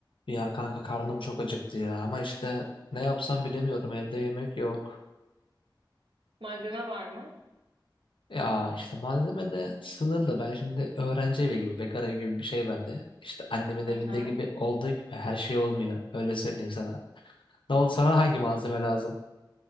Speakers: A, on the left; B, on the right.
A: Ya kanka karnım çok acıktı ya ama işte ne yapsam bilemiyorum evde yemek yok.
B: Malzeme var mı?
A: Ya işte malzeme de sınırlı ben şimdi öğrenci evi gibi bekar evi gibi bir şey bende. İşte annemin
B: Hı
A: evinde
B: hı.
A: gibi olduğu gibi her şey olmuyor öyle söyleyeyim sana. Ne oldu sana hangi malzeme lazım?